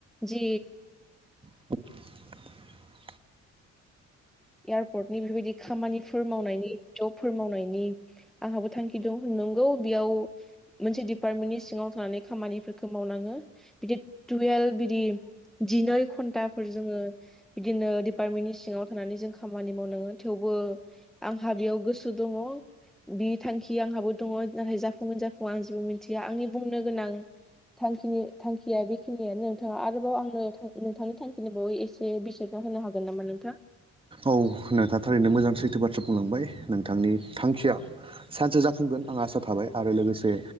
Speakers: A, in the centre; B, on the right (about 15°).
A: जि
B: <inaudible>
A: एयारपर्टनि बेबायदि खामानिफोर मावनायनि जबफोर मावनायनि आंहाबो थांखि दं नंगौ बेयाव मोनसे डिपार्टमेन्टनि सिङाव थानानै खामानिफोरखौ मावनाङो बिदि दुवेल बिदि जिनै घन्टाफोर जोङो बिदिनो दिडपार्टमेन्टनि सिङाव थानानै जों खामानि मावनाङो थेवबो आंहा बेयाव गोसो दङ। बि थांखि आंहाबो दङ नाथाय जाफुंगोन जाफुंङा आं जेबो मिथिया। आंनि बुंनो गोनां थांखिनि थांखिया बेखिनियानो नोंथां आरोबाव आंनो नोंथांनि थांखिनि बागै एसे बिजिरना होनो हागोन नामा नोंथां?
B: औ नोंथाङा थारैनो मोजां सैथो बाथ्रा बुंलांबाय नोंथांनि थांखिया। सानसे जाफुंगोन आं आसा थाबाय आरो लोगोसे